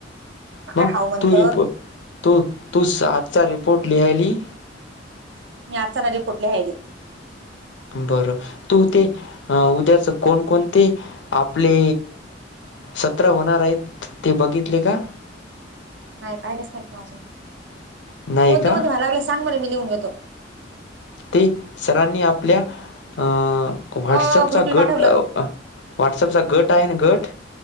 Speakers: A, on the right; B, on the left.
A: काय
B: मंग
A: हाव म्हणत
B: तुही तू तू सा आजचा रिपोर्ट लिहायली.
A: मी आजचा नाही रिपोर्ट लिहायली.
B: बर, तू ते उद्याच कोणकोणते आपले सत्र होणार आहेत ते बघितले का?
A: नाही पाहिलेेच नाही मी अजून.
B: नाही
A: कोणते
B: का?
A: म्हणतो मला आधी सांग बर मी लिहून घेतो.
B: ते सरांनी आपल्या अ व्हाट्सअपचा
A: हो ग्रुपला
B: गट,
A: पाठवलं
B: व्हॉट्सपचा गट आहे ना गट.